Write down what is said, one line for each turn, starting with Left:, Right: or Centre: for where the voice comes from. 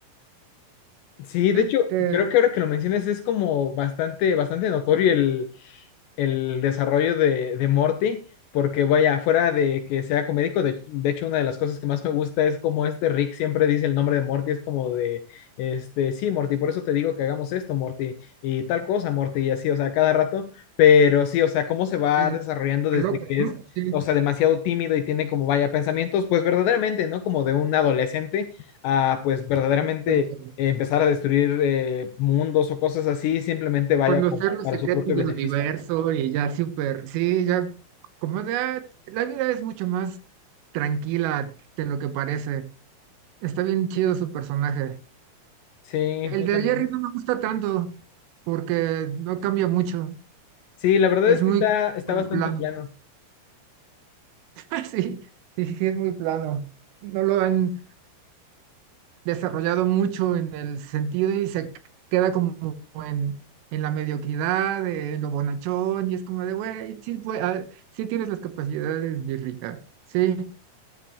Left: Sí, de
Right: Sí,
Left: hecho,
Right: te,
Left: creo que ahora que lo mencionas es como bastante, bastante notorio el, el desarrollo de, de Morty, porque vaya, fuera de que sea comédico, de, de hecho una de las cosas que más me gusta es como este Rick siempre dice el nombre de Morty, es como de, este, sí, Morty, por eso te digo que hagamos esto, Morty, y tal cosa, Morty, y así, o sea, cada rato, pero sí, o sea, cómo se va
Right: te
Left: desarrollando desde
Right: aloca,
Left: que
Right: ¿no?
Left: es...
Right: Sí,
Left: O sea, demasiado tímido y tiene como vaya pensamientos, pues verdaderamente, ¿no? Como de un adolescente a pues verdaderamente
Right: exacto.
Left: eh, empezar a destruir eh, mundos o cosas así, simplemente vaya
Right: conocer
Left: como
Right: los
Left: para
Right: secretos
Left: su propio
Right: del
Left: beneficio.
Right: universo y ya súper, sí, ya como de, ah, la vida es mucho más tranquila de lo que parece. Está bien chido su personaje.
Left: Sí,
Right: El
Left: justamente.
Right: de Jerry no me gusta tanto porque no cambia mucho.
Left: Sí, la verdad
Right: Es
Left: es
Right: muy
Left: que está, está bastante
Right: plano.
Left: plano.
Right: <laughs> Sí, sí, sí, es muy plano. No lo han desarrollado mucho en el sentido y se queda como en, en la mediocridad, eh, en lo bonachón, y es como de, güey, sí, pue- ah, sí tienes las capacidades, Jerry, ah, sí.